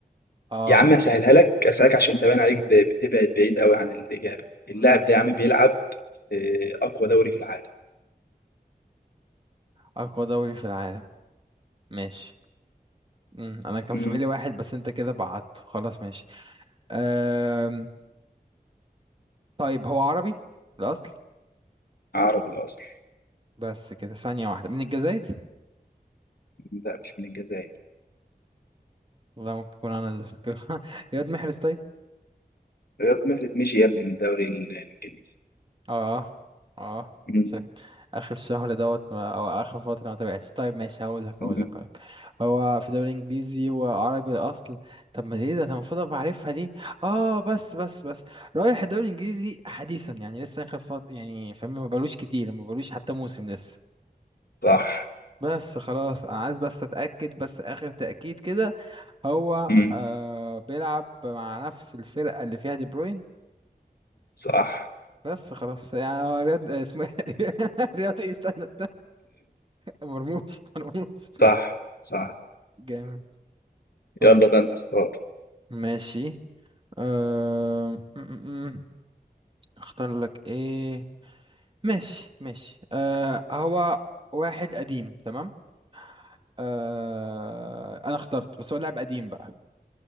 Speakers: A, on the right; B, on the left.
A: آه
B: يا عم أسهلها لك أسألك عشان تبان عليك ب- بتبعد بعيد قوي عن الإجابة اللاعب
A: ماشي
B: ده يا عم بيلعب في أقوى دوري في العالم
A: أقوى دوري في العالم ماشي مم. أنا كان
B: مم.
A: في بالي واحد بس أنت كده بعدته خلاص ماشي آه طيب هو عربي الأصل
B: عربي الأصل
A: بس كده ثانية واحدة من الجزائر
B: لا مش من الجزائر
A: والله ممكن يكون أنا اللي- <laughs> يا واد محرز طيب.
B: رياض محرز مشي يا ابني من الدوري ال- الإنجليزي
A: اه اه
B: مم.
A: شك اخر شهر دوت ما او اخر فتره ما تابعتش طيب ماشي هقول لك
B: مم.
A: هقول لك هقول لك هو في دوري انجليزي وعربي الاصل طب ما ليه ده انا المفروض ابقى عارفها دي اه بس بس بس رايح الدوري الانجليزي حديثا يعني لسه اخر فتره يعني فاهم ما بلوش كتير ما بلوش حتى موسم لسه
B: صح
A: بس خلاص انا عايز بس اتاكد بس اخر تاكيد كده هو
B: مم.
A: آه بيلعب مع نفس الفرقه اللي فيها دي بروين
B: صح
A: بس خلاص يعني هو رياض آه، اسمه إيه؟ <laughs> رياض إيه؟ استنى مرموش <laughs> مرموش
B: صح صح
A: جامد طيب
B: يلا بقى أنت اختار
A: ماشي أه... م- م- م. اختار لك ايه ماشي ماشي أه... هو واحد قديم تمام أه... انا اخترت بس هو لاعب قديم بقى